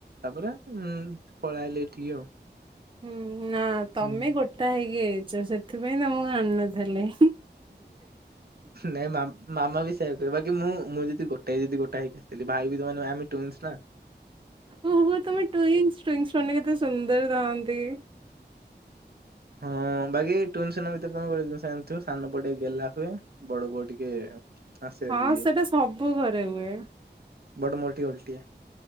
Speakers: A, on the right; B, on the right.
A: ତାପରେ ଉଁ ପଳାଇଲେ ଏଠିକି ଆଉ
B: ହୁଁ ନା ତମେ
A: ହୁଁ।
B: ଗୋଟା ହେଇ କିଣିଛ ସେଥିପାଇଁ ତମକୁ ଆଣିନଥିଲେ
A: ନାଇ ମାମା ମାମା ବି ସେମିତି କି ମୁଁ ମୁଁ ଯଦି ଗୋଟାଏ ଯଦି ଗୋଟାଏ ହେଇଥାନ୍ତି। ଭାଇ ବି ମାନେ ଆମେ ଟୁଇନ୍ସ ନା
B: ଓ ହୋ ତମେ ଟ୍ୱିନସ୍ ଟ୍ବିନସ୍ ମାନେ କେତେ ସୁନ୍ଦର ସୁନ୍ଦର ରହନ୍ତି।
A: ହଁ ବାକି ଟ୍ବିନସ୍ ମାନଙ୍କ ଭିତରେ ତମେ ଗୋଟେ ଜିନିଷ ଜାଣିଥିବ ସାନ ପୁଅ ଟିକେ ଗେଲ୍ଲା ହୁଏ ବଡ ପୁଅ ଟିକେ ଆସେ ଭାରି
B: ହଁ
A: ଇଏ
B: ସେଟା ସବୁ ଘରେ ହୁଏ।
A: ବଟ ମୋର ଟିକେ ଅଲଟିଆ